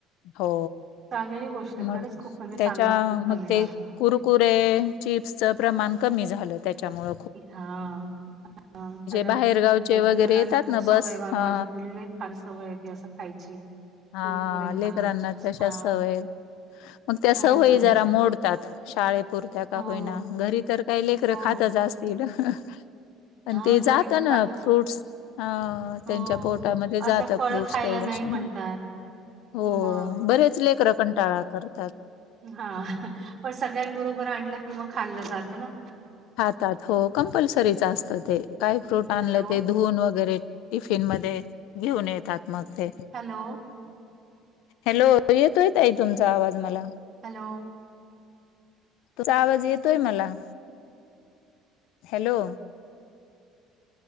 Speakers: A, on the left (about 75°); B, on the right (about 30°).
A: हो
B: चांगली गोष्ट आहे.
A: मग
B: खरंच खूप म्हणजे
A: त्या
B: चांगला
A: चा
B: उपक्रम
A: मग
B: आहे
A: ते
B: हा.
A: कुरकुरे, चिप्सच प्रमाण कमी झालं त्याच्यामुळ
B: हा.. आ. हा खरं
A: बाहेरगावचे
B: आहे. नाही
A: वगैरे
B: त मुलांना
A: येतात
B: खूप
A: ना बस
B: सवयय
A: हा
B: माझ्या मुलीलाही फार सवयय ते असं खायची.
A: हा
B: कुरकुरे
A: लेकरांना
B: खा. चिप्स
A: तशा
B: खा.
A: सवय मग त्या
B: हो
A: सवयी
B: ना.
A: जरा मोडतात, शाळे पुुरत्या का
B: हो,
A: होईना. घरी तर काही लेकरे
B: हो.
A: खातच आस <unintelligible> पण
B: हां,
A: ते जात
B: घरी तर
A: न
B: खातच
A: फ्रूटस हाव. त्यांच्या
B: हो.
A: पोटामध्ये जात
B: असं फळं
A: फ्रूट्स
B: खायला
A: तेवढ श
B: म्हणतात.
A: नाही. हो.
B: मग
A: बरेच लेकर कंटाळा करतात.
B: हा. पण सगळ्यांबरोबर आणलं की मग खाल्लं जात न.
A: हातात हो कंम्पल्सरीच आसतं ते. काय फ्रूट आणलं
B: हॅलो,
A: ते धुवून वगैरे, टिफिन मध्ये घेऊन येतात मग ते.
B: हॅलो.
A: हॅलो तो येतोय ताई तुमचा आवाज मला.
B: हॅलो.
A: तुझा आवाज येतोय मला. Hello